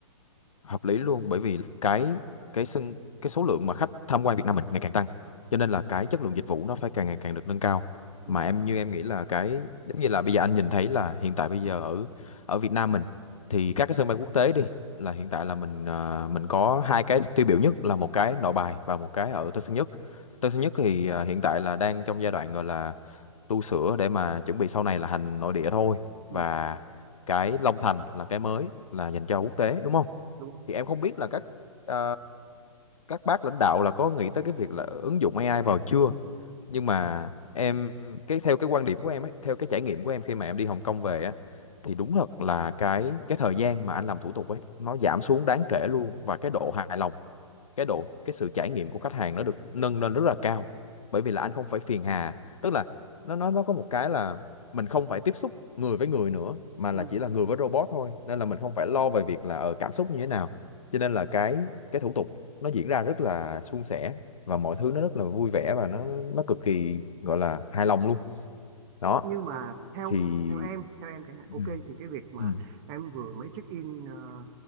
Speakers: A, on the left; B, on the right.
A: hợp lý luôn bởi vì cái cái sân cái số lượng mà khách tham quan Việt Nam mình ngày càng tăng cho nên là cái chất lượng dịch vụ nó phải càng ngày càng được nâng cao
B: đúng
A: mà
B: không
A: em như em nghĩ là cái giống như là bây giờ anh nhìn thấy là hiện tại bây giờ ở ở Việt Nam mình thì các cái sân bay quốc tế đi là hiện tại là mình à, mình có hai cái tiêu biểu nhất là một cái Nội Bài và một cái ở Tân Sơn Nhất Tân Sơn Nhất thì à, hiện tại là đang trong giai đoạn gọi là tu sửa để mà chuẩn bị sau này là hành nội địa thôi
B: ừ,
A: và cái Long Thành là cái mới là dành cho quốc tế đúng không
B: đúng không
A: thì em không biết là các ờ, các bác lãnh đạo là có nghĩ tới cái việc là ứng dụng AI vào chưa nhưng mà em cái theo cái quan điểm của em ấy theo cái trải nghiệm của em khi mà em đi Hồng Kông về á thì đúng thật là cái cái thời gian mà anh làm thủ tục ấy nó giảm xuống đáng kể luôn và cái độ hài lòng cái độ cái sự trải nghiệm của khách hàng nó được nâng lên rất là cao bởi vì là anh không phải phiền hà tức là nó nó nó có một cái là mình không phải tiếp xúc người với người nữa mà
B: ừ.
A: là chỉ là người với robot thôi nên là mình không phải lo về việc là ờ, cảm xúc như thế nào cho nên là cái cái thủ tục nó diễn ra rất là suôn sẻ và mọi thứ nó rất là vui vẻ và nó nó cực kỳ gọi là hài lòng luôn đó
B: nhưng mà theo
A: thì
B: theo em theo em chẳng hạn
A: ừ
B: ok thì cái việc mà
A: ừ
B: em vừa mới check in ờ,